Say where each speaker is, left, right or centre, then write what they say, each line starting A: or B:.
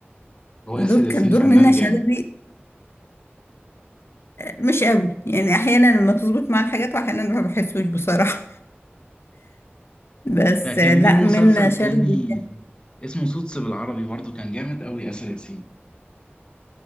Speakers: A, on the left (about 25°); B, on the left (about 75°).
A: هو آسر
B: دور
A: ياسين
B: كان دور
A: فنان
B: منة شلبي
A: جامد
B: مش قوي يعني احيانا لما تظبط مع الحاجات واحيانا ما بحسوش بصراحة <laughs> بس
A: فكان
B: آه، لا
A: ليه مسلسل
B: منة شلبي
A: تاني اسمه سوتس بالعربي برضه كان جامد أوي آسر ياسين